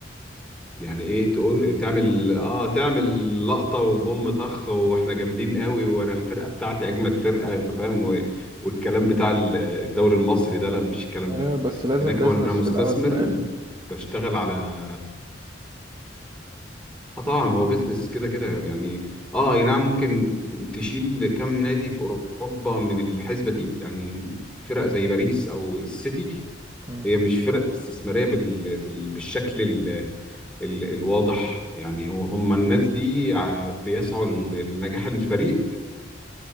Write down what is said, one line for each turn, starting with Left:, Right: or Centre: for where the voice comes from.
Centre: يعني ايه تقول تعمل اه تعمل لقطة وبوم طخ واحنا جامدين قوي وانا الفرقة بتاعتي اجمد فرقة انت فاهم و... والكلام بتاع ال- الدوري المصري ده لا مفيش الكلام
Right: أيوه
Centre: ده
Right: بس لازم
Centre: هناك
Right: بيزنس
Centre: هو انا مستثمر
Right: في الأول وفي الآخر
Centre: بشتغل على اه طبعا هو بيزنس كده كده يعني اه اي نعم ممكن تشيل كم نادي في اوروبا من الحسبة دي يعني فرق زي باريس او السيتي
Right: مم.
Centre: هي مش فرق استثمارية بال... بال... بالشكل ال... ال... الواضح يعني هو- هم الناس دي ع- بيسعوا ل- لنجاح الفريق